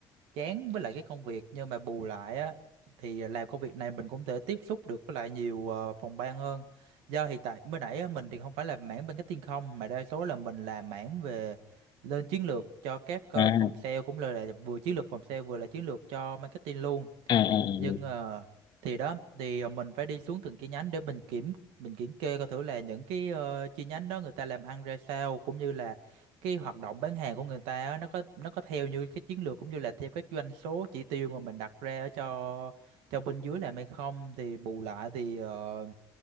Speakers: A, on the right; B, on the left.
A: chán với lại cái công việc nhưng mà bù lại á thì làm công việc này mình cũng thể tiếp xúc được với lại nhiều ờ, phòng ban hơn do hiện tại mới nãy á, mình thì không phải là mảng bên cái thiên không mà đa số là mình làm mảng về lên chiến lược cho các ờ,
B: à
A: phòng sale cũng là, là vừa chiến lược phòng sale vừa là chiến lược cho marketing luôn
B: à à à.
A: nhưng ờ, thì đó thì ờ, mình phải đi xuống từng chi nhánh để mình kiểm mình kiểm kê coi thử là những cái ờ, chi nhánh đó người ta làm ăn ra sao cũng như là cái hoạt động bán hàng của người ta á, nó có nó có theo như cái chiến lược cũng như là theo các doanh số chỉ tiêu mà mình đặt ra ở cho cho bên dưới làm hay không thì bù lại thì ờ,